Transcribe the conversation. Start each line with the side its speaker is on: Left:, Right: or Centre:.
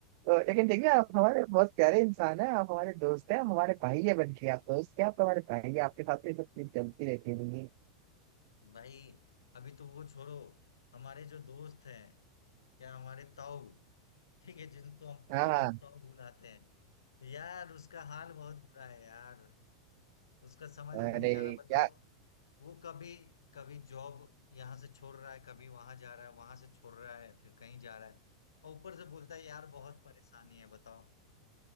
Right: तो लेकिन देखिए आप हमारे बहुत प्यारे इंसान हैं आप हमारे दोस्त हैं आप हमारे भाई है बन के आप दोस्त हैं आप तो हमारे भाई हैं आपके साथ तो ये सब चीज चलती रहती है
Left: भाई अभी तो वो छोड़ो हमारे जो दोस्त हैं या हमारे ताऊ ठीक है जिनको हम प्यार
Right: हाँ हाँ।
Left: से ताऊ बुलाते हैं यार उसका हाल बहुत बुरा है यार उसका समझ में
Right: अरे
Left: नहीं आ रहा बताओ
Right: क्या
Left: वो कभी कभी जॉब यहाँ से छोड़ रहा है कभी वहां जा रहा है वहां से छोड़ रहा है फिर कहीं जा रहा है और ऊपर से बोलता है यार बहुत परेशानी है बताओ